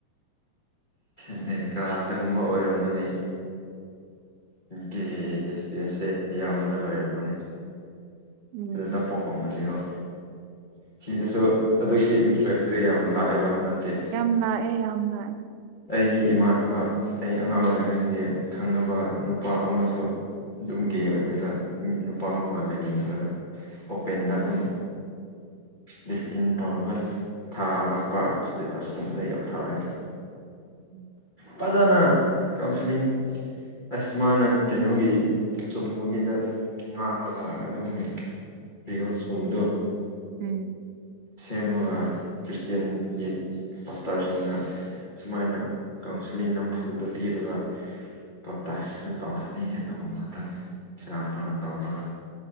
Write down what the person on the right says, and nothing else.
ꯎꯝ
ꯌꯥꯝ ꯂꯥꯛꯑꯦ ꯌꯥꯝ ꯂꯥꯛꯑꯦ
ꯎꯝ
ꯎꯝ